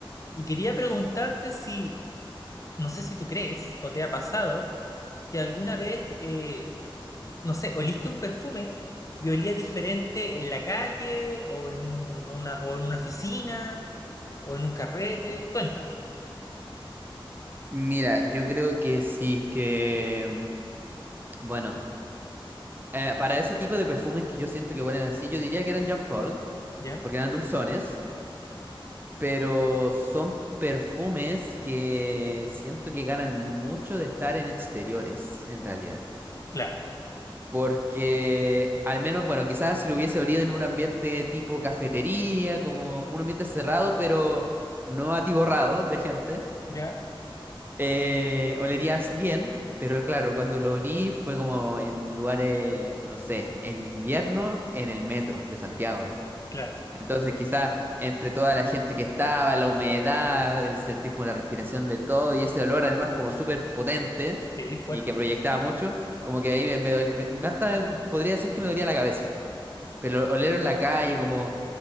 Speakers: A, on the left; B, on the right.
A: y quería preguntarte si, no sé si tú crees o te ha pasado que alguna vez, eh, no sé, oliste un perfume y olía diferente en la calle o en una, o en una oficina o en un carrete, cuéntame.
B: Mira, yo creo que sí, que... mm, Bueno, eh, para ese tipo de perfumes que yo siento que huelen así, yo diría que eran Jean Paul,
A: ya,
B: porque eran dulzones, pero son perfumes que siento que ganan mucho de estar en exteriores, en realidad.
A: claro,
B: Porque, al menos, bueno, quizás si lo hubiese olido en un ambiente tipo cafetería, como un ambiente cerrado, pero no atiborrado de gente.
A: ya,
B: eh, olerías bien, pero claro, cuando lo olí fue como en lugares, no sé, el invierno en el metro de Santiago.
A: claro.
B: Entonces quizás entre toda la gente que estaba, la humedad, el sentir como la respiración de todo y ese olor además como súper potente
A: Sí, fuerte,
B: y que proyectaba mucho, como que ahí me, me doli- me- me hasta podría decir que me dolía la cabeza. Pero oler en la calle, como